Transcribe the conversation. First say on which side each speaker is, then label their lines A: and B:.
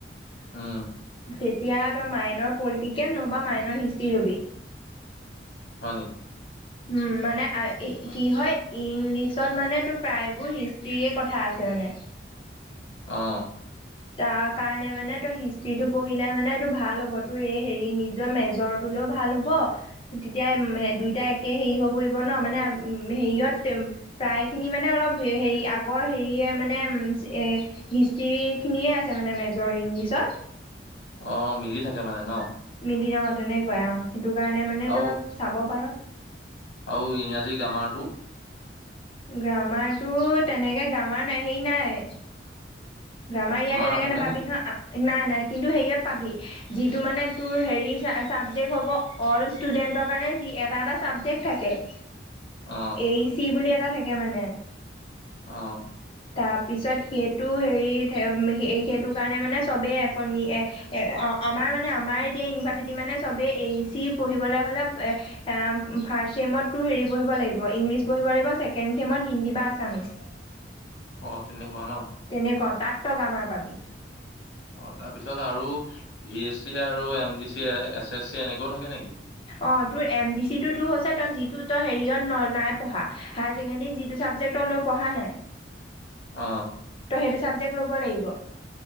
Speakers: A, on the left; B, on the left.
A: ওম।
B: তেতিয়া তই মাইনৰ পলিটিকেল নহ'বা মাইনৰ হিষ্ট্ৰি ল'বি।
A: হয় নেকি?
B: উমঁ মানে কি হয় ইংলিছত মানে তোৰ প্ৰায়বোৰ হিষ্ট্ৰিৰে কথা আছে মানে।
A: অঁ!
B: তাৰ কাৰণে মানে তই হিষ্টিটো পঢ়িলে মানে তোৰ ভাল হ'ব তোৰ এই হেৰি নিজৰ মেজৰ- তোলৈও ভাল হ'ব। তেতিয়া মে দুইটাই একে হেৰি হৈ পৰিব ন মানে হেৰিয়ত- প্ৰায় খিনি মানে অলপ হেৰি আগৰ হেৰিয়ে মানে এ হিষ্টিত- খিনিয়ে আছে মানে মেজৰ ইংলিছৰ।
A: অঁ মিলি থাকে মানে ন?
B: মিলি যাওঁ তেনেকুৱাই অঁ আৰু সেইটো কাৰণে মানে
A: আৰু
B: তই চাব পাৰ'।
A: আৰু ইংৰাজী গ্ৰামাৰটো।
B: গ্ৰামাৰটো তেনেকে গ্ৰামাৰ নাই হেৰি নাই। গ্ৰামাৰ ইয়াত এনেকে
A: নাথাকে
B: নাপাবি
A: নেকি
B: নহয়। নাই নাই কিন্তু হেৰিয়াত পাবি। যিটো মানে তোৰ হেৰি ছাবজেক্ট হ'ব অল ষ্টুডেণ্টৰ কাৰণে এটা এটা ছাবজেক্ট থাকে। <inaudible>
A: অঁ
B: এ ই চি বুলি এটা থাকে মানে।
A: অঁ'।
B: তাৰপিছত সেইটো হেৰি সেইটো কাৰণে মানে চবেই একনি এই এ আমাৰ মানে আমাৰ এতিয়া ইউনিভাৰ্চিটি মানে চবেই এ ই চি পঢ়িবলৈ হ'লে এ- ফাৰ্ষ্ট ছেমত তোৰ হেৰি পঢ়িব লাগিব ইংলিছ পঢ়িব লাগিব ছেকেণ্ড চেমত হিন্দী বা আছামিছ।
A: অঁ তেনেকুৱা ন'।
B: তেনেকুৱা অঁ তাত তই গ্ৰামাৰ পাবি।
A: অঁ তাৰপিছত আৰু ভি এছ চি আৰু M D C S S C এনেকৈও থাকে নেকি?
B: অঁ তোৰ এম ডি চি তোৰ হৈছে তই যিটো তই হেৰিয়ত নাই পঢ়া। হায়াৰ ছেকেণ্ডাৰীত যিটো ছাবজেক্ট লৈ পঢ়া নাই।
A: অঁ।
B: তই সেইটো ছাবজেক্ট ল'ব লাগিব।